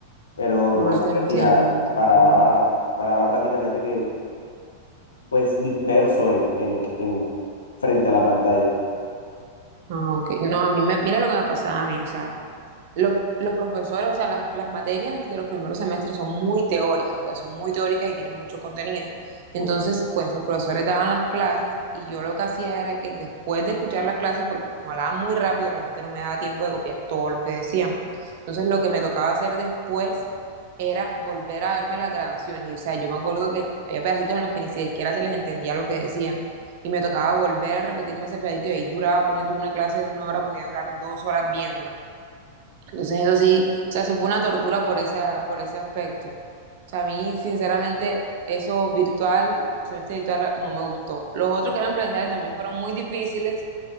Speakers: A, on the left (about 70°); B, on the right (about 50°).
A: pero
B: no
A: no aprendí
B: te entiendo,
A: nada.
B: te
A: Paraba,
B: entiendo.
A: paraba prácticamente que, pues, disperso en, en, en, frente a la pantalla.
B: Ah, ok, no, a mí me, mira lo que me pasaba a mí, o sea. los, los profesores, o sea, las, las materias de los primeros semestres son muy teóricas, o sea, son muy teóricas y tienen mucho contenido. Entonces,
A: Ok.
B: pues los profesores daban las clases y yo lo que hacía era que después de escuchar las clases, porque como hablaban muy rápido, realmente no me daba tiempo de copiar todo lo que decían. Entonces, lo que me tocaba hacer después era volver a verme las grabaciones. Y, o sea, yo me acuerdo que había pedacitos en los que ni siquiera se les entendía lo que decían. Y me tocaba volver a repetirme ese pedacito y ahí duraba, poniendo una clase de una hora, podía durar dos horas viéndola. Entonces eso sí, o sea, eso fue una tortura por esa, por ese aspecto. O sea, a mí, sinceramente, eso virtual, semestre virtual, no me gustó. Los otros que eran presenciales también fueron muy difíciles